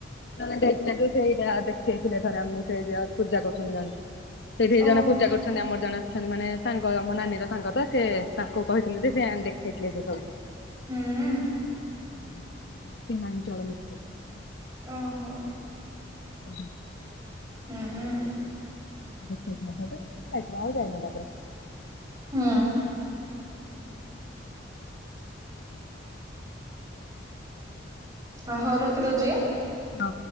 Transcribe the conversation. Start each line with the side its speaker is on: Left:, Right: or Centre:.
Left: ତମେ ଯାଇଥିଲ ଯୋଉ ସେଇଟା ଦେଖେଇ ଥିଲେ ଥରେ ଆମକୁ ସେ ଯିଏ ଅଛ ପୂଜା କରୁଛନ୍ତିୁ ଜଣେ ସେଇଠି
Right: ଓହୋ
Left: ଜଣେ ପୂଜା କରୁ ଛନ୍ତି ଆମର ଜଣେ ଅଛନ୍ତି ମାନେ ସାଙ୍ଗ ମୋ ନାନୀ ର ସାଙ୍ଗ ତ ସେ ତାଙ୍କୁ କହିଥିଲେ ଯେ ସିଏ ଆଣିକି ଦେଖେଇଥିଲେ ସେ ସବୁ।
Right: ହୁଁ ଉଁ।
Left: <unintelligible>
Right: ଓ ହୋ।
Left: <unintelligible>
Right: ହୁଁଁ ଉଁ।
Left: ଦେଖା ହେଇଥିଲା <unintelligible> ଆଉ ଜାଇନି ତା ପରେ।
Right: ହୁଁ। ହଁ ହଉ ରଖିଦଉଚି।
Left: ହଁ।